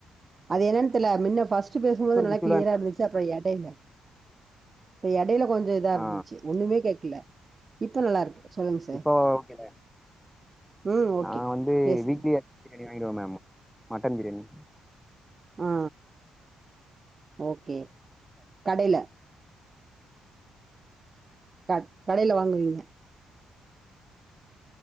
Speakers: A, on the right; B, in the centre.
A: அது என்னென்னு தெர்ல முன்ன ஃபர்ஸ்ட் பேசும்போது
B: நெட்ஒர்க்
A: நல்லா
B: இஷ்யூலா
A: கிளியராக இருந்துச்சு அப்பறோ இடேல இப்ப இடேல கொஞ்சோ இதா
B: ஆ
A: இருந்துச்சு ஒண்ணுமே கேக்கல இப்ப நல்லா இருக்கு சொல்லுங்க சார்
B: இப்ப ஓகேல
A: ம் ஓகே
B: நா வந்து
A: பேசுங்க
B: வீக்லிய பிரியாணி வாங்கிடுவோ மேம் மட்டன் பிரியாணி
A: ஆ ஓகே கடைல க கடைல வாங்குவீங்க